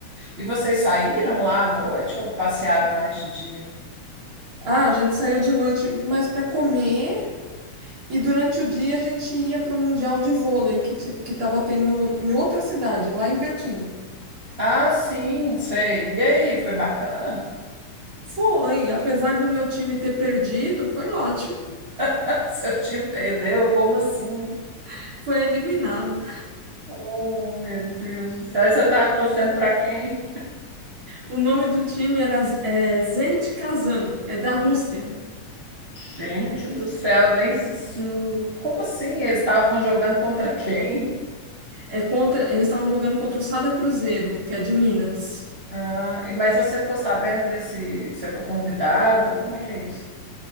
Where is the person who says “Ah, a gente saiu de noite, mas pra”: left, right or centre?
Right